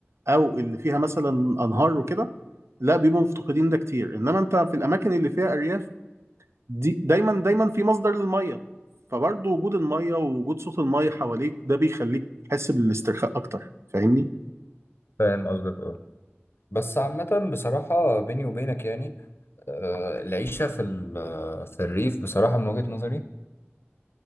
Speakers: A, on the right; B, on the left.
A: او اللي فيها مثلا انهار وكده لا بيبقوا مفتقدين ده كتير انما انت في الاماكن اللي فيها ارياف دي دايما دايما في مصدر للميه فبرضه وجود الميه ووجود صوت الميه حواليك ده بيخليك تحس بالاسترخاء اكتر فاهمني
B: فاهم قصدك اه بس عامة بصراحة بيني وبينك يعني آه، العيشة في ال- في الريف بصراحة من وجهة نظري